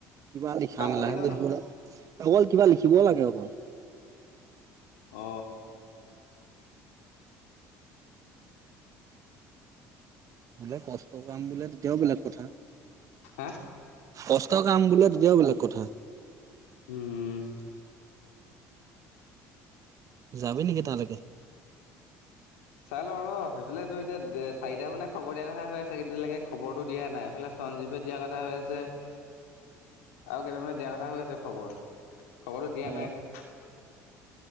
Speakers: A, on the right; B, on the left.
A: কিবা লিখা
B: কামটো
A: মেলাহ
B: কিহৰ
A: হে
B: নো
A: কৰি থাকিব লাগে অকল কিবা লিখিব লাগে অকল
B: অ
A: বোলে কষ্ট কাম বোলে তেতিয়াও বেলেগ কথা
B: হা
A: কষ্ট কাম বোলে তেতিয়াও বেলেগ কথা
B: উম
A: যাবি নেকি তালৈকে
B: চাই লও ৰ সেইফালেতো এতিয়া চাৰিটা মানে খবৰ দিয়া কথা হৈ আছে এইকেইদিনলেকে খবৰটো ত দিয়া নাই এইফালে সঞ্জীৱে দিয়া কথা হৈ আছে আৰু কেইটামানে দিয়া কথা হৈ আছে খবৰ খবৰটো দিয়া নাই
A: অ
B: আকৌ